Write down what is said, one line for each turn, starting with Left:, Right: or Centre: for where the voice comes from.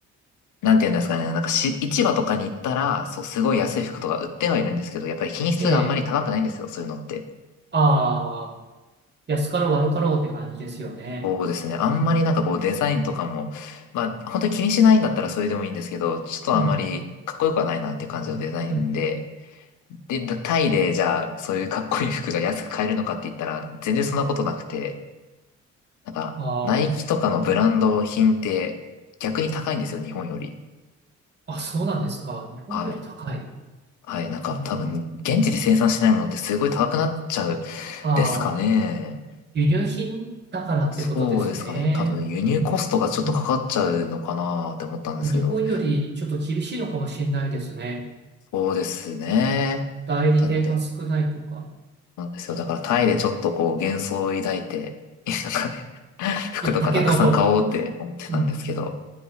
Left: なんて言うんですかね。なんかし、市場とかに行ったら、そう、すごい安い服とか売ってはいるんですけど、やっぱり品質があんまり高くないんですよ、
Right: ええ、
Left: そういうのって。
Right: ああ、安かろう悪かろうって感じですよね。
Left: そうですね。あんまりなんかこう、デザインとかも、まあ、本当に気にしないんだったらそれでもいいんですけど、ちょっとあんまりかっこよくはないなっていう感じのデザインで、
Right: うん。うん。
Left: で、タイでじゃあ、そういうかっこいい服が安く買えるのかって言ったら、全然そんなことなくて、なんか、
Right: あ
Left: ナイキとかのブランド品って逆に高いんですよ、
Right: あ。
Left: 日本より。
Right: あ、そうなんですか。日本より高い。
Left: はい。はい。なんか多分、
Right: えー、
Left: 現地で生産してないものってすごい高くなっちゃう
Right: ああ、
Left: ですかね。
Right: 輸入品だからってことですね。
Left: そうですかね。多分、輸入コストがちょっとかかっちゃうのかなって思ったんですけど。
Right: うん。日本よりちょっと厳しいのかもしれないですね。
Left: そうですね。
Right: 代理店が少ないとか
Left: なんで、なんですよ。だからタイでちょっとこう幻想を抱いて、なんかね、<laughs> 服とかたくさん買おうって思ってたんですけど、
Right: 言ったけど、うん。